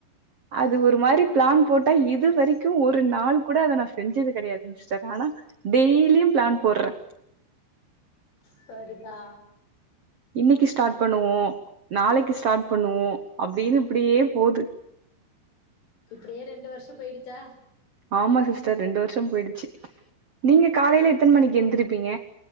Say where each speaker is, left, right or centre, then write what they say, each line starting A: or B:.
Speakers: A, on the right; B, on the left.
A: அது ஒரு மாரி பிளான் போட்டா இது வரைக்கூ ஒரு நாள் கூட அத நா செஞ்சது கெடயாதுங் சிஸ்டர் ஆனா டெய்லியூ பிளான் போட்றோ
B: சரிப்பா
A: இன்னிக்கு ஸ்டார்ட் பண்ணுவோ நாளைக்கு ஸ்டார்ட் பண்ணுவோ அப்டீன்னு இப்டியே போது
B: இப்பிடியே ரெண்டு வர்ஷோ போயிடுச்சா
A: ஆமா சிஸ்டர் ரெண்டு வர்ஷோ போயிடுச்சு நீங்க காலைல எத்தன மணிக்கு எந்திரிப்பீங்க